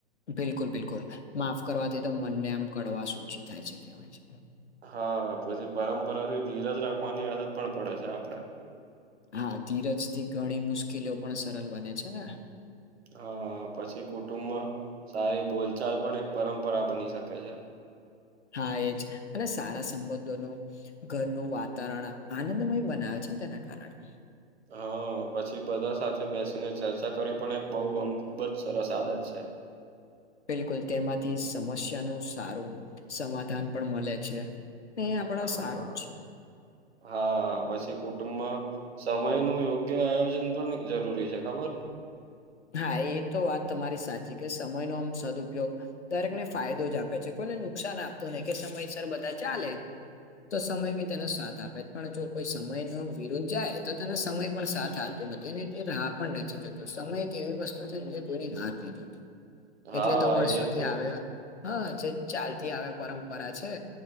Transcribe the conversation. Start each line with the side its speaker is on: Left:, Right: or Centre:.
Left: બિલકુલ બિલકુલ માફ કરવાથી તો મનને આમ કડવાશ ઓછી થાય છે કેવાય
Right: હા પછી પરંપરા થી ધીરજ રાખવાની આદત પણ પડે છે આપડે
Left: હા ધીરજ થી ઘણી મુશ્કેલીઓ પણ સરળ બને છે ને
Right: હા પછી કુટુંબમાં સારી બોલચાલ પણ એક પરંપરા બની શકે છે.
Left: હા એજ અને સારા સંબંધોનું ઘરનું વાતાવરણ આનંદમય બનાવે છે ને તેના કારણે
Right: હા, પછી બધા સાથે બેસીને ચર્ચા કરી પણ એક બહુ આમ ખુબ જ સરસ આદત છે.
Left: બિલકુલ. તેમાંથી સમસ્યાનું સારું, સમાધાન પણ મળે છે. ને એ આપડા
Right: હા
Left: સારું
Right: હા.
Left: જ છે
Right: હા, પછી કુટુંબમાં સમયનું યોગ્ય આયોજન પણ જરૂરી છે ખબર?
Left: હા, એ તો વાત તમારી સાચી કે સમયનો આમ સદઉપયોગ દરેકને ફાયદો જ આપે છે. કોઈને નુકસાન આપતું નહી કે સમયસર બધા ચાલે. તો સમય બી તેનો સાથ આપે, પણ જો કોઈ સમય ન વિરુદ્ધ જાય તો તેનો સમય પણ સાથ આપ નથી ને કે રાહ પણ નથી જતો. સમય એક એવી વસ્તુ છે જે કોઈની રાત નહી થતો.
Right: હા
Left: એટલે તો વર્ષોથી
Right: એ તો
Left: આવે. હ, જે ચાલતી આવે પરંપરા છે.